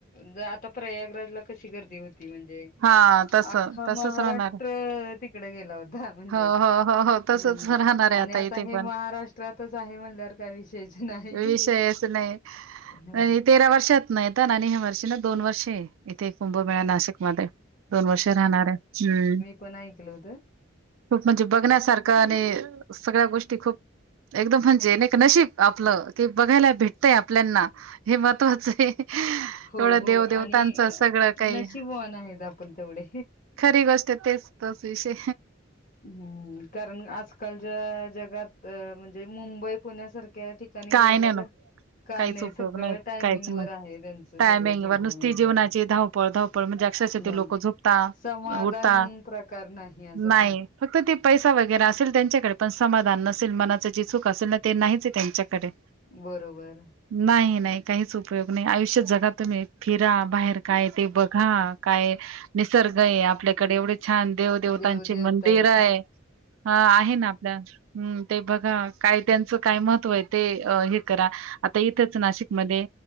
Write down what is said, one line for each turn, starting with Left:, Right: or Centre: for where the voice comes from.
Left: ज आता प्रयागराजला कशी गर्दी होती म्हणजे
Right: हां, तसं.
Left: आख्खा
Right: तसंच
Left: महाराष्ट्र
Right: राहणार.
Left: तिकड गेला होता म्हणजे
Right: हो, हो, हो, हो तसच
Left: हम्म हम्म
Right: राहणार आहे
Left: आणि आता
Right: इथे
Left: हे
Right: पण
Left: महाराष्ट्रातच आहे म्हणल्यावर काय विषयच नाही
Right: विषयच नाही
Left: ह
Right: आणि तेरा वर्षात नाहीता ना आणि ह्या वर्षी ना दोन वर्षे आहे इथे कुंभमेळा नाशिकमध्ये दोन वर्षे राहणार आहे हम्म
Left: पनाय कलो
Right: खूप म्हणजे बघण्यासारखं आणि सगळ्या गोष्टी खूप एकदम म्हणजे नशीब आपलं ते बघायला भेटतंय आपल्याना हे महत्त्वाच आहे
Left: हो
Right: एवढं
Left: हो
Right: देव देेवतांचं
Left: आणि
Right: सगळं काही
Left: नशीबवान आहेत आपण तेवढे.
Right: खरी गोष्ट तेच तच विषय
Left: हम्म कारण आजकालच्या जगात तर म्हणजे मुंबई पुण्यासारख्या ठिकाणी
Right: काय
Left: राहिलं
Right: नाही ना
Left: तर काय
Right: काहीच उपयोग
Left: सगळं
Right: नाही
Left: टायमिंग
Right: काहीच नाही
Left: वर आहे त्यांचं
Right: टायमिंग
Left: सगळं जीवनवर
Right: व नुसती जेवणाची
Left: आहे.
Right: धाव पळधावपळ म्हणजे अक्षरश
Left: धाव
Right: ते लोक झुपत
Left: समाधान
Right: उठत
Left: प्रकार नाही असा
Right: नाही फक्त ते पैसा वगैरे असेल त्यांच्याकडे पण समाधान नसेल मनाचं जे चूक असेल ना ते नाहीच त्यांच्याकडे कडे
Left: बरोबर
Right: नाही नाही काहीच उपयोग नाही आयुष्यात जगा तुम्ही फिरा बाहेर काय ते बघा काय निसर्ग आहे आपल्याकडे एवढे छान देवदेवतांची
Left: देव देवता
Right: मंदिर
Left: आहेत
Right: आहे हा आहे ना आपल्या हम्म ते बघा काय त्यांचं काय महत्व आहे ते अ हे करा आता इथंच नाशिकमध्ये